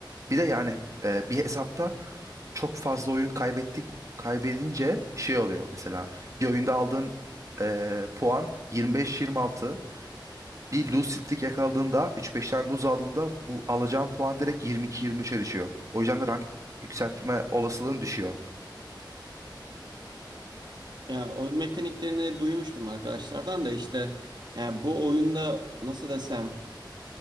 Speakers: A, on the right; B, on the right.
A: Bir de yani e, bir hesapta çok fazla oyun kaybetti kaybedince şey oluyor mesela bir oyunda aldığın e, puan 25-26 Bir lose streak yakaladığında üç 5 tane lose aldığında bu alacağın puan direkt yirmi iki yirmi üç'e düşüyor. O yüzden de rank yükseltme olasılığın düşüyor.
B: Ya o mekaniklerini duymuştum arkadaşlardan da işte ya bu oyunda nasıl desem